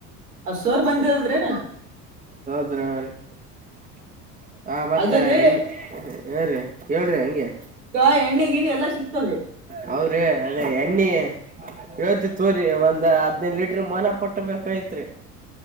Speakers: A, on the right; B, on the right.
A: ಅ ಸೋರ್ ಬಂದಿದದ್ರಿ
B: ಅ್ರ ಹ ಮತ್ತ
A: ಅದೇ ರೀ
B: ಎಣ್ಣ ಏೀ ಹೇಳ್ರಿ ಹಂಗಗೆ
A: ಈಗ ಎಣ್ಣೆ ಗಿಣ್ಣೆ ಎಲ್ಲಾ ಸಿಕ್ತಾವ್ರಿ
B: ಹೌದ್ರೀ ಅದೇ ಎಣ್ಣಿ ಹೇತಿ ತೋರಿ ಒಂದ್ ಹದ್ನೈದು ಲೀಟ್ರ ಮನ ಪಟ್ಟಬೇಕೈತ್ರಿ